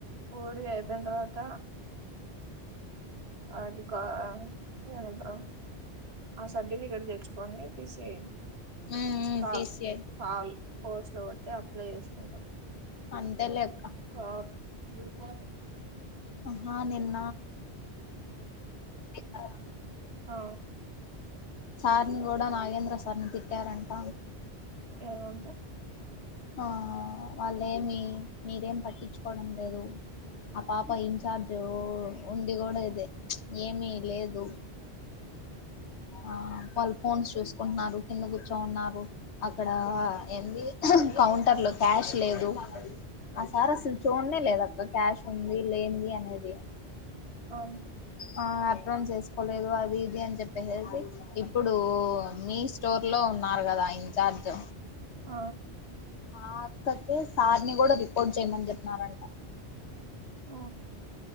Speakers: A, on the right; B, on the left.
A: ఓ డి అయిపోయిన తర్వాత అది కా ఏండ్రు ఆ సర్టిఫికెట్ తెచ్చుకోని టిసి
B: మ్మ్ మ్మ్
A: సాల్
B: తీసియ్
A: సాల్ పోర్స్ట్ లో పడితే అప్లై చేసుకుంటాం
B: అంతే లేక్
A: చపో
B: అహ నిన్ కదా
A: ఆ
B: సార్ని కూడా నాగేంద్ర సార్ని తిట్టారంట
A: ఏమంట
B: ఆ వాళ్ళేమి మీరేమి పట్టించుకోవడం లేదు ఆ పాప ఇన్చార్జ్ ఉండి కూడా ఇదే ఏమి లేదు ఆ వాళ్ళు ఫోన్స్ చూసుకుంటున్నారు కింద కూర్చోన్నారు అక్కడ ఎంది కౌంటర్ లో క్యాష్ లేదు ఆ సార్ అసలు చూడనే లేదక్క క్యాష్ ఉంది లేంది అనేది
A: ఆ
B: ఆ ఆప్ప్రాన్స్ ఏసుకోలేదు అది ఇది అని చెప్పి సేసి ఇప్పుడు మీ స్టోర్ లో ఉన్నారు కదా ఇన్ఛార్జ్
A: ఆ
B: ఆ అక్కకి సార్ని కూడా రిపోర్ట్ చేయమని చెప్పిన్నారంట
A: ఓ